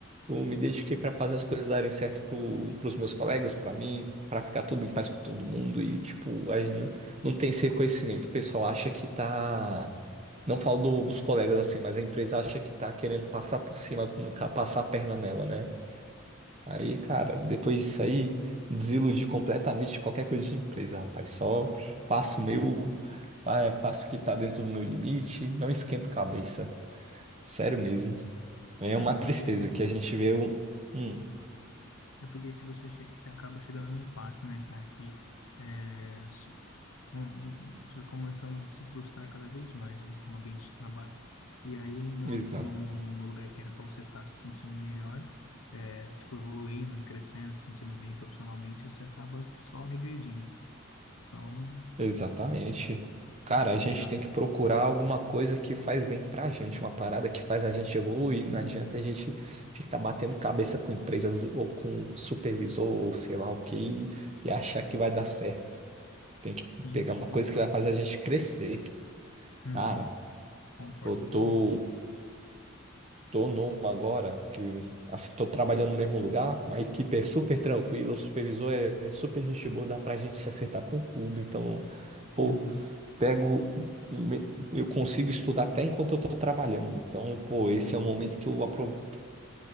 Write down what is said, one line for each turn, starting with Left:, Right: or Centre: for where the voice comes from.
Right: eu me dediquei para fazer as coisas darem certo pro, pros meus colegas, para mim, para ficar tudo em paz com todo mundo e, tipo, a gente não, não tem esse reconhecimento. O pessoal acha que tá. Não falo do- dos colegas assim, mas a empresa acha que tá querendo passar por cima, no ca- passar a perna nela, né? Aí, cara, depois disso aí, desiludi completamente de qualquer coisa de empresa, rapaz. Só faço o meu, fa- faço o que tá dentro do meu limite, não esquento cabeça. Sério mesmo. É
Left: É,
Right: uma
Left: porque,
Right: tristeza que a gente vê um. hum,
Left: é porque tipo, você che- você acaba chegando no impasse, né, cara, que... É, Bom, você vai começando a se frustrar cada vez mais, né, com o ambiente de trabalho. E aí, num,
Right: Exa-
Left: num, num lugar que era para você estar se sentindo melhor, é, tipo, evoluindo, crescendo, se sentindo bem profissionalmente, você acaba só regredindo. Então,
Right: exatamente. Cara,
Left: é
Right: a gente
Left: melhor?
Right: tem que procurar alguma coisa que faz bem pra gente, uma parada que faz a gente evoluir. Não adianta a gente ficar batendo cabeça com empresas ou com supervisor ou sei lá o que e, e achar que vai dar certo. Tem que
Left: Sim,
Right: pegar uma coisa
Left: total,
Right: que vai fazer
Left: né?
Right: a gente crescer.
Left: Uhum,
Right: Cara,
Left: concordo
Right: eu tô,
Left: totalmente.
Right: tô numa agora que assim, tô trabalhando no mesmo lugar, uma equipe é super tranquila, o supervisor é, é super gente boa, dá pra gente se acertar com tudo. Então, pô.
Left: Uhum.
Right: pego, me- eu consigo estudar até enquanto eu estou trabalhando. Então, pô, esse é o momento que eu apro-